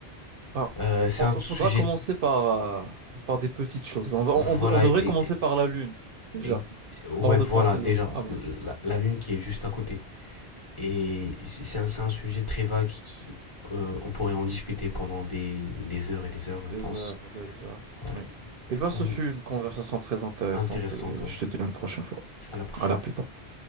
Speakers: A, on the right; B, on the left.
A: Enfin,
B: Euh, c'est
A: on,
B: un sujet,
A: faudra commencer par, euh, par des petites choses. On, va-
B: voilà,
A: on, on de- on devrait
B: et,
A: commencer par la Lune, déjà,
B: et- ouais,
A: avant de
B: voilà
A: penser
B: déjà
A: de- à Mars.
B: la, la Lune qui est juste à côté. Et c'est un, c'est un sujet très vague qui, euh, on pourrait en discuter pendant des, des heures et des heures, je
A: Des
B: pense.
A: heures, des heures.
B: Ouais.
A: Oui. Eh
B: Du
A: bien,
B: coup,
A: ce fut une conversation très intéressante
B: intéressante,
A: et
B: ouais.
A: je te dis à une prochaine fois.
B: À la prochaine.
A: À la plus tard.